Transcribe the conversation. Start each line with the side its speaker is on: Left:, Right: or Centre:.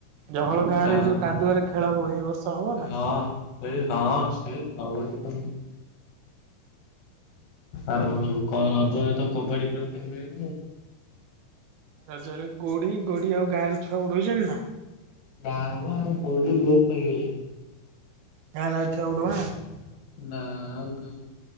Right: ଜହଳ ଗାଁ
Left: କା
Right: ରେ ଯୋଉ କାଦୁଅରେ ଖେଳ ହୁଏ ଏ ବର୍ଷ ହବ
Left: ହଁ
Right: ନା?
Left: <unintelligible> ଆଉ ରଜରେ ତ କବାଡି ଖେଳ <unintelligible>
Right: ରଜରେ ଗୋଡି ଗୋଡି ଆଉ ଗାଁ ରେ ଛୁଆ ଉଡଉଛନ୍ତି ନା?
Left: ନାମ ଆଉ ଗୋଡ଼ି ଲୋପ ପାଇଗଲାଣି।
Right: ଗାଁ ରେ ଆଉ ଛୁଆ। <unintelligible>
Left: ନା ଆଉ କାହିଁ